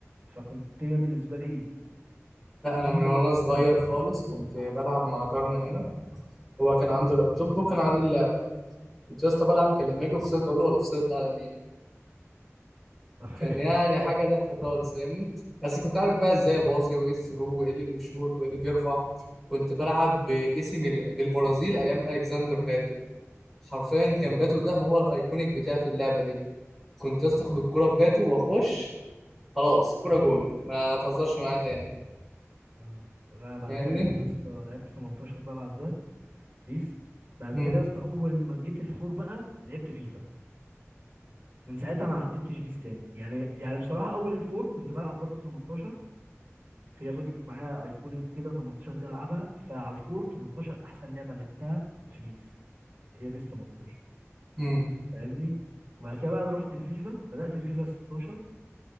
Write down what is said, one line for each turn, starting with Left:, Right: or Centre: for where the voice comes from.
Right: فكنت الدنيا بالنسبه لي
Centre: لا
Right: جديده
Centre: انا من وانا صغير
Right: غريبه
Centre: خالص كنت بلعب مع جارنا هنا هو كان عنده لابتوب وكان عليه اللعبه كنت لسه بلعب كان لما اجي اوفسايد اقول له هو الاوفسايد ده على مين
Right: <laughs>
Centre: كان يعني حاجه ضحك خالص فاهمني بس كنت عارف بقى ازاي باصي وايه الثرو وايه اللي بيشوط وايه اللي بيرفع كنت بلعب باسم بالبرازيل ايام الكسندر باتو حرفيا
Right: آه.
Centre: كان باتو ده هو الايكونيك بتاعي في اللعبه دي كنت لسه اخد الكوره بباتو واخش خلاص كرة جون ما تهزرش معايا تاني
Right: آه. انا بعد
Centre: فاهمني
Right: كده لعبت يا اسطى لعبت 18 بقى بعد ده بيس بعد
Centre: امم
Right: كده يا اسطى اول ما جيت الفور بقى لعبت فيفا من ساعتها ما عتبتش بيس تاني يعني يعني بصراحه اول الفور كنت بلعب برضو 18 هي فضلت معايا ايكونيك كده 18 دي العبها فعلى الفور 18 احسن لعبه لعبتها في بيس هي بيس 18
Centre: امم
Right: فاهمني وبعد كده بقى رحت الفيفا بدات الفيفا 16